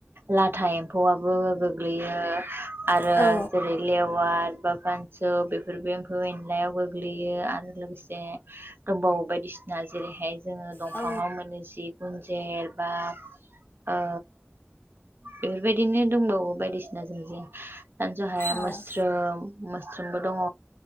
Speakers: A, on the right; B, on the left.
A: लाथा एम्फौआबो गोग्लैयो आरो
B: औ
A: जेरै लेवार एबा फानसौ बेफोरबो एम्फौ एनलायाव गोग्लैयो आरो लोगोसे दंबावो बायदिसि ना जेरैहाय जोङो दंफाङाव
B: औ
A: मोनो जिब जों जेरबा ओ बेफोरबायदिनो दंबावो बायदिसिना जों जे सानज' हाया
B: औ
A: मोस्रोम मोस्रोमबो दङ